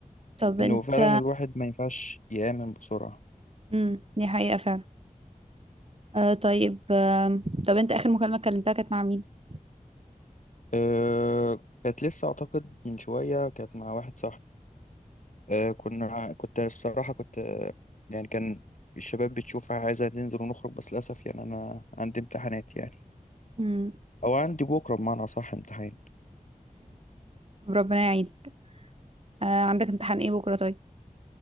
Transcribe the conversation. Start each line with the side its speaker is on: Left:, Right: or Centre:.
Right: طب
Left: انه
Right: انت
Left: فعلا الواحد ما ينفعش يامن بسرعه
Right: امم دي حقيقة فعلا أه طيب آم، طب انت اخر مكالمة كلمتها كانت مع مين
Left: آه كانت لسه اعتقد من شويه كانت مع واحد صاحبي آه كنا كنت الصراحه كنت آه، يعني كان الشباب بتشوف عايزه ننزل ونخرج بس للاسف يعني انا عندي امتحانات يعني
Right: امم
Left: او عندي بكره بمعنى صح امتحان
Right: <laughs> ربنا يعينك آه عندك امتحان ايه بكرة طيب